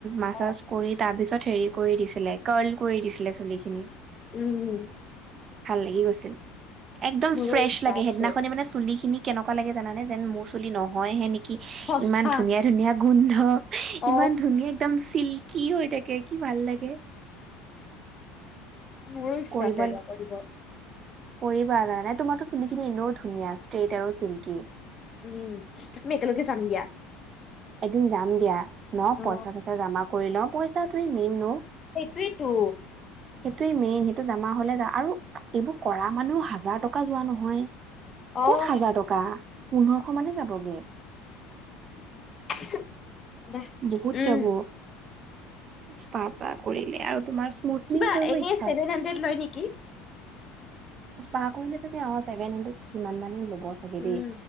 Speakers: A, on the right (about 40°); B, on the left (about 30°).
A: মাছাজ
B: অ
A: কৰি তাৰ পিছত হেৰি কৰি দিছিলে কাৰ্ল কৰি দিছিলে চুলি খিনি।
B: উম,।
A: ভাল লাগি গৈছিল, একদম
B: মোৰো
A: ফ্ৰেছ
B: ইচ্ছা
A: লাগে।
B: আছে
A: সেইদিনাখনে মানে চুলি খিনি কেনেকুৱা লাগে জানানে, যেন মোৰ চুলি নহয় হে নেকি
B: সঁচা
A: ইমান ধুনীয়া ধুনীয়া গোন্ধ।
B: অ
A: ইমান ধুনীয়া একদম চিল্কি হৈ থাকে, কি ভাল লাগে।
B: মোৰো ইচ্ছা
A: কৰিব
B: আছে এবাৰ কৰিব।
A: কৰিবা জনা নে, তোমাৰতো চুলিখিনি এনেও ধুনীয়া ষ্ট্ৰেইট আৰু চিল্কী।
B: উম, আমি একেলগে যাম দিয়া।
A: এদিন যাম দিয়া ন'
B: অ
A: পইচা-চইচা জমা কৰি লওঁ, পইচা টোৱে মেইন ন'।
B: সেইটোৱেই তো।
A: সেইটোৱে মেইন, সেইটো জমা হ'লে যা আৰু এইবোৰ কৰা মনেই হাজাৰ টকা যোৱা নহয়,
B: অ
A: ক'ত হাজাৰ টকা? পোন্ধৰশ মানে যাবগে।
B: <unintelligible>
A: বহুত
B: উম।
A: যাব স্পা পা কৰিলে আৰু তোমাৰ স্মুথনিং
B: কিবা
A: কৰিব
B: এনেই
A: ইচ্ছা
B: ছেভেন হাণ্ড্ৰেড লয় নেকি?
A: স্পা কৰিলে চাগে অ' চছেভেন হাণ্ড্ৰেড সিমান মানে ল'ব চাগে
B: উম
A: দেই।